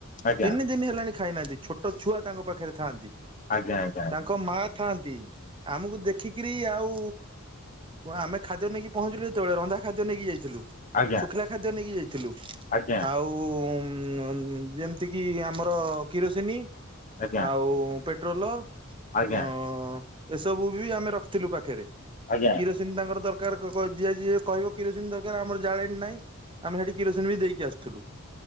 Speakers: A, on the left; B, on the right.
A: ଆଜ୍ଞା
B: ତିନି ଦିନ ହେଲାଣି ଖାଇନାହାନ୍ତି ଛୋଟ ଛୁଆ ତାଙ୍କ ପାଖରେ ଥାଆନ୍ତି।
A: ଆଜ୍ଞା ଆ
B: ତାଙ୍କ ମା ଥାଆନ୍ତି ଆମକୁ ଦେଖି ଦେଖିକିରି ଆଉ ଆମେ ଖାଦ୍ୟ ନେଇକି ପହଞ୍ଚିଲୁ ଯେତେବେଳେ ରନ୍ଧା ଖାଦ୍ୟ ନେଇକି ଯାଇଥିଲୁ।
A: ଆଜ୍ଞା
B: ଶୁଖିଲା ଖାଦ୍ୟ ନେଇକି ଯାଇଥିଲୁ
A: ଆଜ୍ଞା ଆଜ୍ଞା
B: ଆଉ ଉଁ -ଆମ୍ ଯେମିତିକି ଆମର କିରୋସିନି
A: ଆଜ୍ଞା
B: ଆଉ ପେଟ୍ରୋଲ
A: ଆଜ୍ଞା।
B: ଅ ଏସବୁ ବି ଆମେ ରଖିଥିଲୁ ପାଖରେ।
A: ଆଜ୍ଞା।
B: ଯେମ୍ ତାଙ୍କର ଦରକାର ଯିଏ ଯିଏ କହିବ କିରୋସିନ ଦରକାର ଆମର ଜାଳେଣି ନାହିଁ। ଆମେ ସେଠି କିରୋସିନ ବି ଦେଇକି ଆସୁଥିଲୁ।